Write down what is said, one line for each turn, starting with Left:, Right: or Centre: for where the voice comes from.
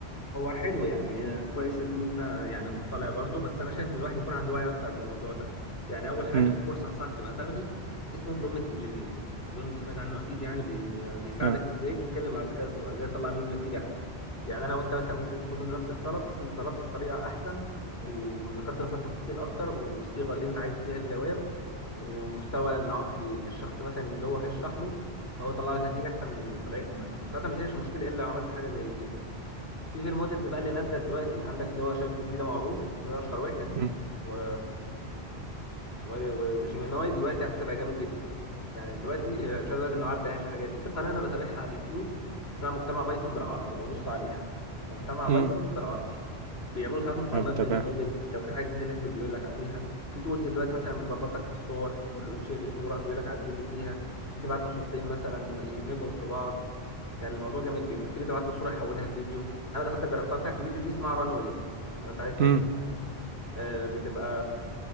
Left: هو حلو يعني كويس ان انت يعني مطلع برضه بس انا شايف ان الواحد يكون عنده وعي اكتر بالموضوع ده يعني اول حاجه
Right: امم
Left: في كورس انصحك تبقى تاخده اسمه برومت انجينيرنج اظن انت سمعت عنه اكيد يعني بي... بيساعدك
Right: اه
Left: ازاي تتكلم مع الذكاء الاصطناعي ازاي تطلع منه نتيجه احسن يعني انا وانت مثلا ممكن نطلب منه نفس الطلب بس انت طلبت بطريقه احسن وذكرت مثلا تفاصيل اكتر والصيغه اللي انت عايز فيها الجواب ومستوى العقلي للشخص مثلا اللي هو هيشرح له فهو طلع لك نتيجه احسن من اللي طلعت لي مثلا وساعتها ما بيحلش المشكله الا لو عملت حاجه زي كده في في المودلز بقى اللي نازله دلوقتي عندك اللي هو شات جي بي تي ده معروف وده اشهر واحد
Right: امم
Left: و... اسمه ايه ده؟ و- وجيميناي دلوقتي على فكره بقى جامد جدا يعني دلوقتي آه، مش عايز اقول لك انه عدى يعني الحاجات دي في قناه انا بتابعها على اليوتيوب اسمها مجتمع بايثون بالعربي او بص عليها مجتمع بايثون
Right: امم
Left: بالعربي بيعملوا ساعات مقارنات
Right: انا بتابعها
Left: بين المودلز لو في حاجه جديده نزلت بيقول لك عليها في تولز دلوقتي مثلا بتظبط لك في الصور تقول له انشئ لي صوره بيقول لك عدل لي فيها في تبعت له صورتين مثلا يدمجهم في بعض يعني الموضوع جامد جدا في اللي تبعت له صوره يحولها لفيديو انا دخلت جربتها بتاعت الفيديو دي اسمها رانوي لو انت عايز تبقى
Right: امم
Left: تشوفها آه، بتبقى